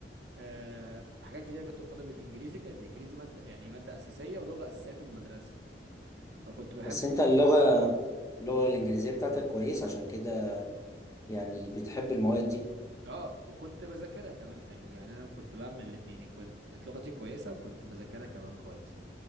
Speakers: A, on the right; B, on the left.
A: آه، حاجات كتير كنت باخدها بالانجليزي كانت الانجليزي ماده يعني ماده اساسيه ولغه اساسيه في المدرسه فكنت بحب
B: بس
A: الانجليزي
B: انت اللغة اللغة الانجليزية بتاعتك كويس عشان كده يعني بتحب المواد دي
A: اه وكنت بذاكرها كمان حلو يعني انا كنت بعمل الاثنين كانت لغتي كويسه وكنت بذاكرها كمان كويس